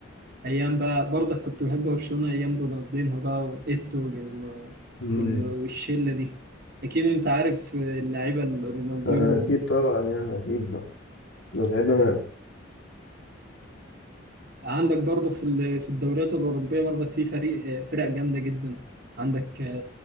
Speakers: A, on the right (about 55°); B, on the left (about 80°).
A: ايام بقى برضك كنت بحب برشلونه ايام رونالدينho بقى وايتو وال-
B: مم.
A: وال- والشله دي اكيد انت عارف اللعيبه رونالدينو
B: أكيد طبعا يعني أكيد ده اللعيبة ما-
A: عندك برضه في ال- في الدوريات الأوروبية برضه في فريق فرق جامدة جدا عندك